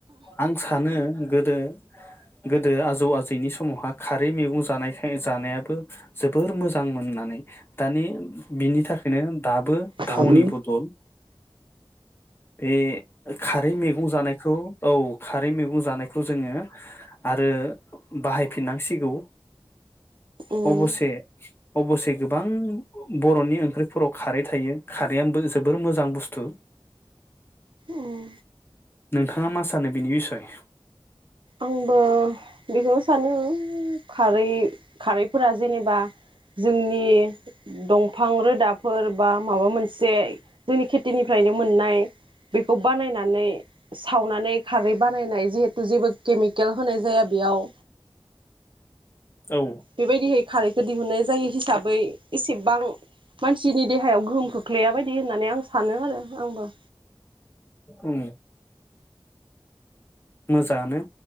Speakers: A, on the left (about 25°); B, on the right (about 60°).
A: आं सानो गोदो गोदो आजौ आजैनि समावहा खारै मैगं जानायखाय जानायाबो जोबोर मोजांमोननानै दानि बिनि थाखायनो दाबो थावनि
B: दाबो
A: बदल बे खारै मैगं जानाय औ खारै मैगं जानायखौ जोङो आरो बाहायफिननांसिगौ
B: उम
A: अबसे अबसे गोबां बरनि ओंख्रिफोराव खारै थायो खारैआ जोबोर मोजां बुस्थु
B: उम
A: नोंथाङा मा सानो बिनि बिसय?
B: आंबो बेखौ सानो खारै खारैफोरा जेनेबा जोंनि दं फां रोदाफोर बा माबा मोनसे जोंनि खेथिनिफ्रायनो मोननाय बेखौ बानायनानै सावनानै खारै बानायनाय जे जेबो केमिकेल होननाय जाया बेयाव
A: औ
B: बेबायदिहै खारै दिहुनाय जायो हिसाबै एसेबां मानसिनि देहायाव गोहोम खोख्लैया बायदि होननानै आं सानो आरो आंबो।
A: उम मोजाङानो।